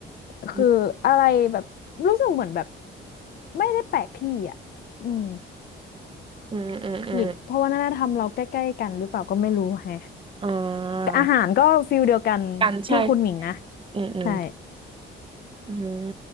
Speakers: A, on the left; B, on the right.
A: คืออะไรแบบรู้สึกเหมือนแบบ
B: อืม
A: ไม่ได้แปลกที่อ่ะอืม
B: อืมอืมอม
A: หรือเพราะวัฒนธรรมเราใกล้ๆกันหรือเปล่าก็ไม่รู้แฮะ
B: อ่า
A: อาหารก็ฟิลเดียวกันที่คุณหมิงนะ
B: กันใช่อืมอืม
A: ใช่
B: อืม